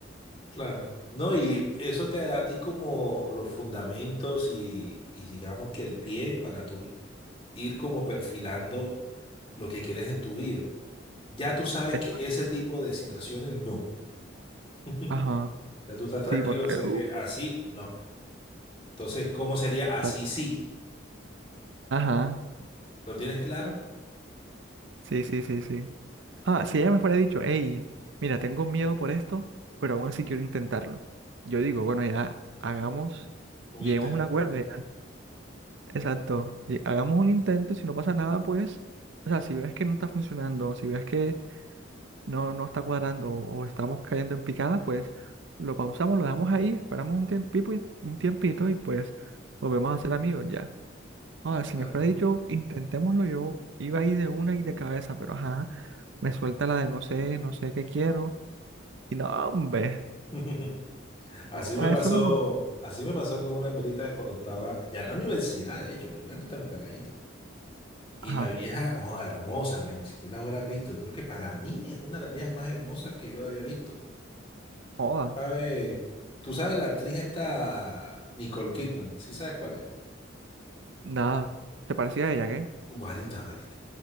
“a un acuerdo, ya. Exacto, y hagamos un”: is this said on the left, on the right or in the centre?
Right